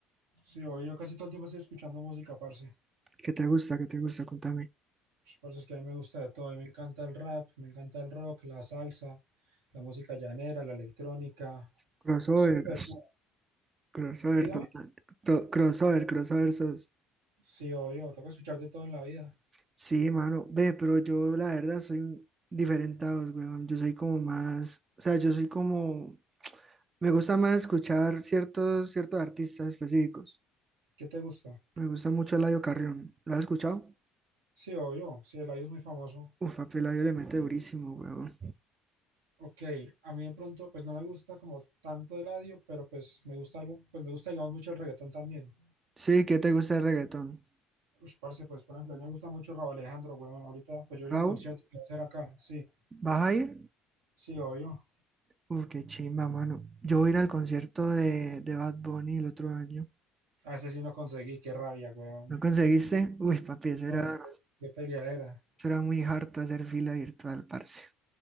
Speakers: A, on the right (about 80°); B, on the right (about 30°).
A: Sí, hoy yo casi todo el tiempo estoy escuchando música, parce.
B: ¿Qué te gusta? ¿Qué te gusta? Contame.
A: Pues, parce, es que a mí me gusta de todo. A mí me encanta el rap, me encanta el rock, la salsa, la música llanera, la electrónica.
B: Crossover.
A: Escucho de todo.
B: Crossover
A: Dígame.
B: total. to- crossover, crossover sos.
A: Sí, obvio, toca escuchar de todo en la vida.
B: Sí, mano. Ve, pero yo la verdad soy un- diferente a vos, weón. Yo soy como más... O sea, yo soy como... Me gusta más escuchar ciertos, ciertos artistas específicos.
A: ¿Qué te gusta?
B: Me gusta mucho Eladio Carrión. ¿Lo has escuchado?
A: Sí, obvio, sí, Eladio es muy famoso.
B: Uf, papi, Eladio le mete durísimo, weón.
A: Ok, a mí de pronto, pues no me gusta como tanto Eladio, pero pues me gusta algo, pues me gusta, digamos, mucho el reggaetón también.
B: Sí, ¿qué te gusta el reggaetón?
A: Ush, parce, pues por ejemplo, a mí me gusta mucho Rauw Alejandro, weón. Ahorita, pues yo iré
B: Raúl,
A: al concierto que va a hacer acá. Sí,
B: ¿vas a ir?
A: sí, obvio.
B: Uf, qué chimba, mano. Yo voy a ir al concierto de, de Bad Bunny el otro año.
A: A ese sí no conseguí, qué rabia, weón.
B: ¿No conseguiste? Uy, papi, eso
A: Ay,
B: era,
A: qué, qué peleadera.
B: eso era muy harto hacer fila virtual, parce.